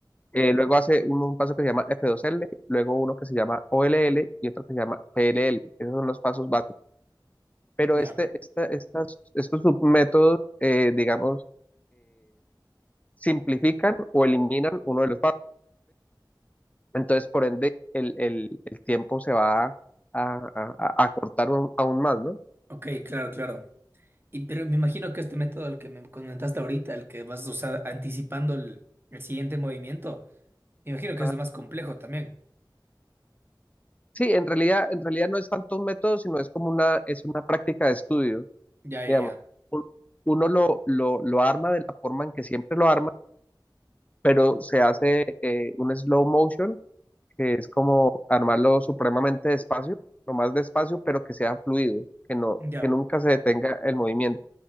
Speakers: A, on the left; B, on the right.
A: Eh, luego hace un, un paso que se llama F2L, luego uno que se llama OLL y otro que se llama PLL. Esos son los pasos básicos. Pero
B: Ya.
A: este, esta- estas, estos submétodos, eh, digamos, simplifican o eliminan uno de los pasos. Entonces, por ende, el, el- el tiempo se va a, a- a- a acortar un- aún más, ¿no?
B: Ok, claro, claro. Y pero me imagino que este método, el que me comentaste ahorita, el que vas a usar anticipando el, el siguiente movimiento, me imagino que
A: Ah,
B: es lo más complejo también.
A: sí, en realidad, en realidad no es tanto un método, sino es como una, es una práctica de estudio,
B: Ya, ya,
A: digamos.
B: ya.
A: Un- Uno lo, lo, lo arma de la forma en que siempre lo arma pero se hace eh, un slow motion, que es como armarlo supremamente despacio, lo más despacio, pero que sea fluido, que no,
B: Ya.
A: que nunca se detenga el movimiento.